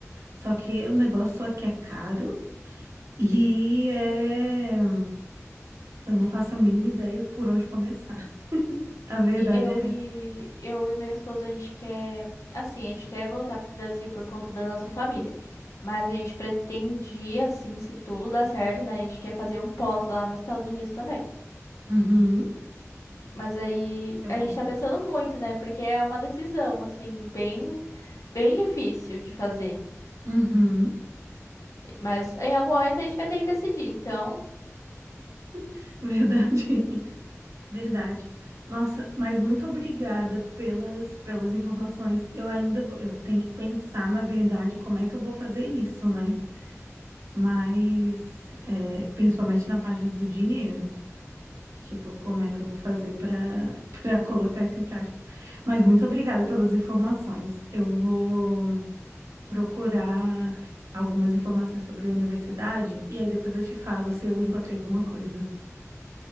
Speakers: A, on the right (about 80°); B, on the left (about 80°).
A: Só que o negócio aqui é caro e é. Eu não faço a mínima ideia por onde começar. <laughs> A verdade
B: Eu
A: é
B: e
A: essa.
B: eu e meu esposo a gente quer, assim, a gente quer voltar pro Brasil por conta da nossa família. Mas a gente pretendia, assim, se tudo dar certo, né? A gente quer fazer um pós lá nos Estados Unidos também.
A: Uhum,
B: Mas aí
A: é bom.
B: a gente tá pensando muito, né? Porque é uma decisão, assim, bem bem difícil de fazer.
A: Uhum,
B: Mas em algum momento a gente vai ter que decidir. Então,
A: <laughs> verdade. Verdade. Nossa, mas muito obrigada pelas, pelas informações. Eu ainda vou- eu tenho que pensar, na verdade, como é que eu vou fazer isso, né? Mas, é, principalmente na parte do dinheiro. Tipo, como é que eu vou fazer para para <laughs> colocar isso em prática? Mas muito obrigada pelas informações. Eu vou procurar algumas informações sobre a universidade e aí depois eu te falo se eu encontrei alguma coisa.